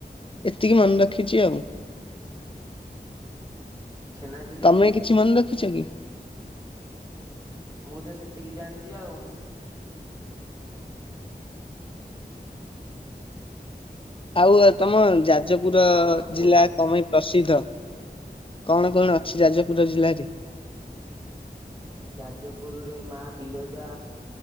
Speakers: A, on the left (about 30°); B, on the right (about 25°).
A: ଏତିକି ମନେ ରଖିଚି ଆଉ।
B: ଛେନାଝିଲି
A: ତମେ କିଛି ମନେ ରଖିଛ କି?
B: ମୁଁ ତ ସେତିକି ଜାଣିଚି ଆଉ।
A: ଆଉ ତମ ଯାଜପୁର
B: ଆଉ ଆମର ପୋ
A: ଜିଲ୍ଲା କମେଇ ପ୍ରସିଦ୍ଧ କଣ କଣ ଅଛି ଯାଜପୁର ଜିଲ୍ଲାରେ?
B: ଯାଜପୁରୁ ରେ ମା ବିରଜା